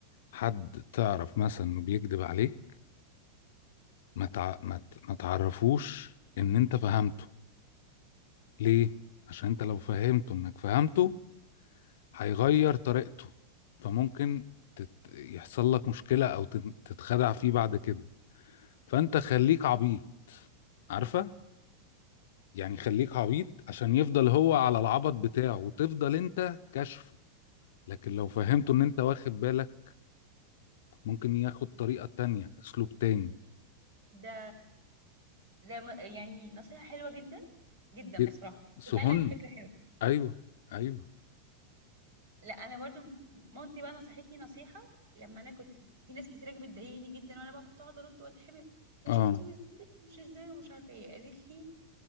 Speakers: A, on the left; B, on the right.
A: حد تعرف مثلا انه بيكذب عليك ما تع... ما ت... ما تعرفوش ان انت فهمته ليه عشان انت لو فهمته انك فهمته هيغير طريقته فممكن تت... يحصل لك مشكلة او تت... تتخدع فيه بعد كده فانت خليك عبيط عارفه يعني خليك عبيط عشان يفضل هو على العبط بتاعه وتفضل انت كشفه لكن لو فهمته ان انت واخد بالك ممكن ياخد طريقه تانية اسلوب تاني
B: ده زي ما يعني نصيحه حلوه جدا جدا
A: ي-
B: بصراحه
A: سهون
B: فعلا فكره حلوه
A: ايوه ايوه
B: لا انا برضو مامتي بقى نصحتني نصيحه لما انا كنت ب- في ناس كتير بتضايقني جدا وانا بقى كنت اقعد ارد واتحمق وشفتي
A: اه
B: وازاي ومش ازاي ومش عارفه ايه قالت لي